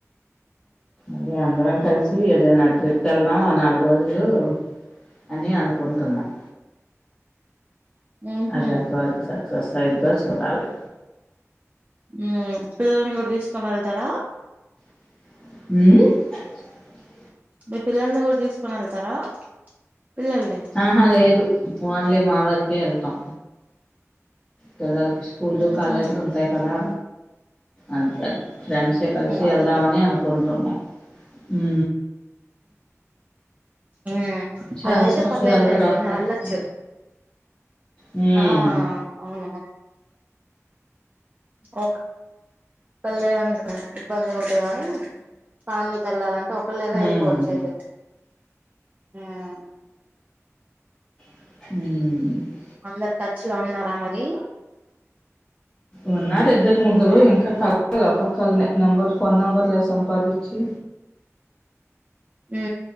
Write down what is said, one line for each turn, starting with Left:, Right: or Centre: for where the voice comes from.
Left: అదే అందరం కలిసి చ్చ ఏదైనా ట్రిప్ వెళ్దాం నాలుగు రోజులు అని అను కొంటున్నాయి
Right: ఉహు
Left: అజాంత వాళ్ళకుస ఎక్సర్సైజ్ ద చూడాలి
Right: ఉ పిల్లల్ని కూడా తీసుకోని వెళ్తారా
Left: అ
Right: మీ పిల్లల్ని కూడా తీసుకుని వెళ్తారా పిల్లల్ని
Left: ఆహా లేదు ఓన్లీ మా వారికే వెళ్తాం తెల్ల స్కూలు
Right: ఉహు
Left: కాలేజీలు ఉంటాయి కదా అంతం ఫ్రెండ్సే కలిసి
Right: అదేలే
Left: వెళ్దామని అనుకుంటున్నాం ఉ
Right: ఆ
Left: చాలా
Right: అలా అయితే
Left: సంవత్సరాల
Right: పర్లేదు లేండి
Left: తర్వాత
Right: కొ
Left: కలుసుకు
Right: అళ్ళొచ్చు
Left: హ్మ్
Right: ఆ అవునును ఓక కళ్యాణ అే ఇబ్బంది ఉంటాయి కానీ ఫ్యామిలీ తో వెల్లాలంటే ఒకరిలాగా
Left: హ్మ్
Right: వెళ్ళిపోవచ్చు అయితే ఉమ్
Left: హ
Right: అందరు టచ్ లో ఉన్నారా మరి
Left: ఉన్నారు ఇద్దరు ముగ్గురు ఇంకా కలాల ఒక కళ నెంబరు ఫోన్ నెంబర్లు సంపాదించి
Right: ఉ